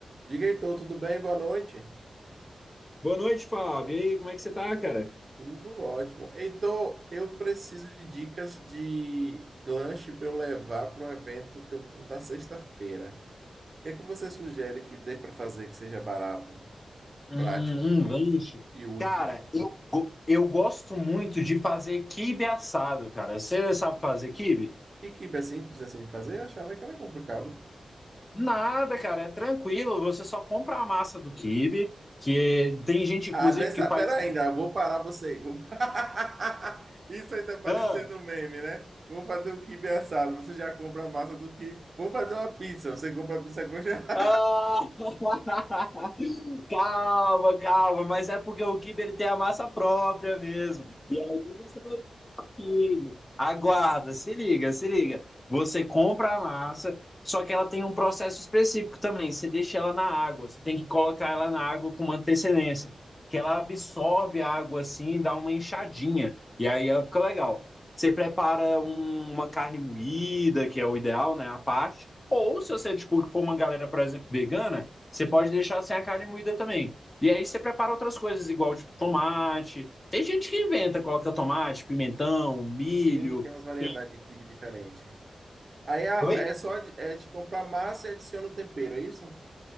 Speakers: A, on the right; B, on the left.
A: Diga, Heitor, tudo bem? Boa noite.
B: Boa noite, Fábio. E aí, como é que você tá, cara?
A: Tudo ótimo. Heitor, eu preciso de dicas de lanche para eu levar para um evento que eu vou na sexta-feira. O que é que você sugere que dê para fazer que seja barato,
B: Hum,
A: prático
B: um lanche.
A: e útil?
B: Cara, eu, go- eu gosto muito de fazer quibe assado, cara. Você sabe fazer quibe?
A: E que é simples assim de fazer? Eu achava que era complicado.
B: Nada, cara, é tranquilo. Você só compra a massa do quibe, que tem gente, inclusive,
A: Ah, dessa,
B: que faz.
A: pera ainda, vou parar você aí. Vou... parar. <laughs> Isso aí tá parecendo
B: Ah,
A: um meme, né? Vamos fazer o quibe assado. Você já compra a massa do quibe. Vamos fazer uma pizza. Você compra a pizza congelada.
B: ah, <laughs> calma, calma, mas é porque o quibe ele tem a massa própria mesmo. E aí você vai liga, aguarda, se liga, se liga. Você compra a massa, só que ela tem um processo específico também. Você deixa ela na água, você tem que colocar ela na água com uma antecedência, que ela absorve a água assim e dá uma enxadinha, e aí ela fica legal. Você prepara um- uma carne moída, que é o ideal, né? A parte. Ou se você, tipo, for uma galera, por exemplo, vegana, você pode deixar sem a carne moída também. E aí você prepara outras coisas, igual, tipo, tomate, tem gente que inventa, coloca tomate, pimentão, milho.
A: Sim, tem umas variedades
B: que-
A: de quibe diferente. Aí a-
B: Oi?
A: é só de, é de comprar massa e adiciona o tempero, é isso?